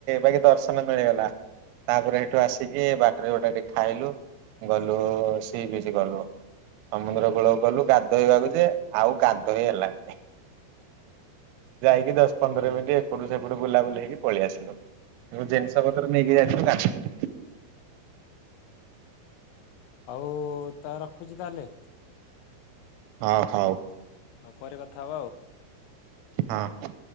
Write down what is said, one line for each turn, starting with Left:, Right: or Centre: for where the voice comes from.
Right: ବାକି ଦର୍ଶନ ମିଳିଗଲା। ତାପରେ ସେଇଠୁ ଆସିକି ବାଟରେ ଗୋଟା ଟିକେ ଖାଇଲୁ ଗଲୁ ସିଇକିଛି ଗଲୁ ସମୁଦ୍ର କୂଳକୁ ଗଲୁ ଗାଧୋଇବାକୁ ଯେ ଆଉ ଗାଧୋଇ ହେଲାନି। ଯାଇକି ଦଶ ପନ୍ଦର
Left: ହୁଁ।
Right: ମିନଟ। ସେଟୁ ସେପଟୁ ବୁଲାବୁଲି ହେକି ପଳେଇ ଆସିଲୁ ଜିନିଷ ପତ୍ର ନେଇକି ଯାଇଥିଲୁ
Left: ଆଉ ତା ରଖୁଛି ତାହେଲେ?
Right: ହଁ ହଉ।
Left: ଆଉ ପରେ କଥା ହବା ଆଉ
Right: ହଁ।